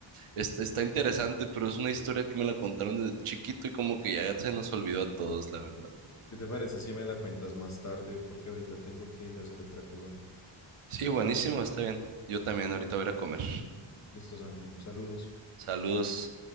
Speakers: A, on the right; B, on the left.
A: es- está interesante, pero es una historia que me la contaron desde chiquito y como que ya se nos olvidó a todos, la verdad.
B: ¿qué te parece si me la cuentas más tarde? Porque ahorita tengo que ir a hacer otra cosa.
A: Sí, buenísimo, está bien. Yo también ahorita voy a ir a comer.
B: Listo, Santi. Saludos.
A: Saludos.